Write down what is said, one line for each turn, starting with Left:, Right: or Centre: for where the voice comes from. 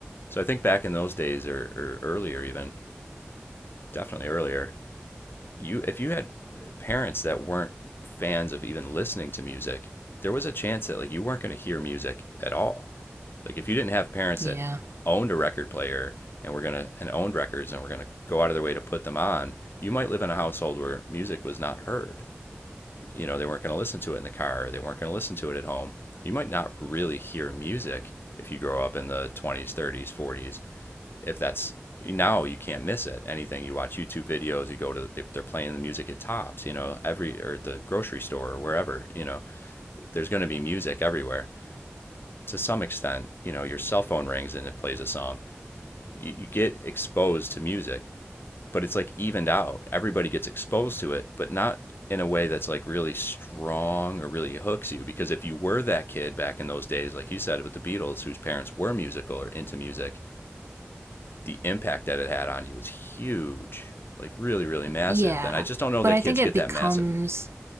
Left: So I think back in those days, or, or earlier even, definitely earlier, you if you had parents that weren't fans of even listening to music, there was a chance that like you weren't going to hear music at all. Like if you didn't have parents
Right: Yeah.
Left: that owned a record player and were gonna and owned records and were gonna go out of their way to put them on, you might live in a household where music was not heard you know, they weren't going to listen to it in the car, or they weren't going to listen to it at home. You might not really hear music if you grow up in the 20s, 30s, 40s. If that's now you can't miss it. Anything you watch YouTube videos, you go to they- are playing the music at tops, you know, every or at the grocery store or wherever, you know. There's going to be music everywhere. To some extent, you know, your cell phone rings and it plays a song. You, you get exposed to music but it's like evened out. Everybody gets exposed to it, but not in a way that's like really strong or really hooks you. Because if you were that kid back in those days, like you said with the Beatles, whose parents were musical or into music, the impact that it had on you was huge, like really, really massive.
Right: Yeah.
Left: And I just don't know
Right: But
Left: that
Right: I
Left: kids
Right: think it
Left: get
Right: becomes
Left: that massive.